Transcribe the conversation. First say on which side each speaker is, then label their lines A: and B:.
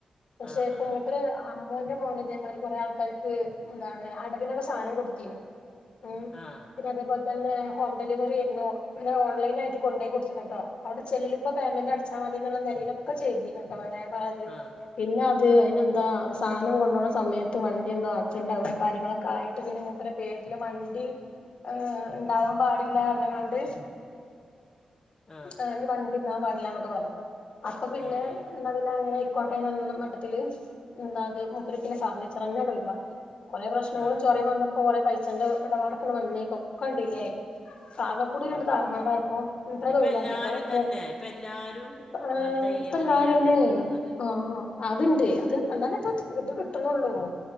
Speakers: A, on the left; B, on the left.
A: പക്ഷേ
B: ആ
A: പ്പൊ
B: ആ
A: മൂപ്പര് ആ മോന്റെ മോന് തേമാരി കുറെ ആൾക്കാർക്ക് എന്താണ് അടവിനൊക്കെ സാനം കൊടുത്തിനു ഉം
B: ആ
A: പിന്ന അതേപോലെ തന്നെ ഹോം ഡെലിവറി ആയിരുന്നു പിന്നെ ഓൺ ലൈനായിട്ട് കൊണ്ടയി കൊടുത്തിരുന്നൂട്ടോ അവിടെ ചെല്ലുമ്പോ പേമെന്റ് അടച്ച് ചാവിനുള്ള നെലയിലൊക്കെ ചെയ്തിന്ട്ടോ മാനെ
B: ആഹ്
A: പിന്നെ അത് അയിനെന്താ സാനം കൊണ്ടോണ സമയത്ത് വണ്ടി എന്തോ ആക്‌സിഡന്റ് ആവേ കാര്യങ്ങളൊക്കെ ആയിട്ട് പിന്നെ മൂപ്പരെ പേരില് വണ്ടി ഏഹ് ഉണ്ടാവാൻ പാടില്ലാറഞ്ങ്ങാണ്ട്
B: <inaudible> ആ
A: ആഹ് ഇനി വണ്ടിണ്ടാവാൻ പാടില്ലാന്നൊക്കെ പറഞ്ഞു അപ്പൊ പിന്നെ
B: ഏ
A: എന്നാ പിന്നെ അങ്ങനെ ആയിക്കോട്ടെ എന്നുള്ള മട്ടത്തില് എന്താത് ഒത്തിരി പിന്നെ ഫർണിച്ചറന്നെ അവിടെ ഒഴിവാക്കി കൊറെ പ്രശ്നങ്ങളും
B: ആ
A: ചൊറയും
B: ആ
A: വന്ന പ്പൊ കൊറേ പൈസേന്റെ എടപാടൊക്കെ അങ്ങട് വന്നേക്കാ ഒക്കെ ഡിലെ ആയി
B: <inaudible>
A: ആകെ ക്കൂടി രണ്ട്
B: ആ
A: താറുമാറായപ്പോ ഇത്ര ഇത്
B: ഇപ്പം
A: ഒഴിവാക്കി
B: എല്ലാവരും
A: അപ്പ മോ
B: തന്നെ
A: <unintelligible>
B: ഇപ്പം എല്ലാവരും ഇങ്ങനത്തെ ഇ എം
A: <unintelligible>
B: ഐ
A: ആരും
B: ആണ്
A: എന്നേ
B: ഇടണത്
A: ആഹ് അത്ണ്ട് അത്ണ്ട് എന്നാലിപ്പൊ ഇത് ഇത് കിട്ടുണുള്ളൂ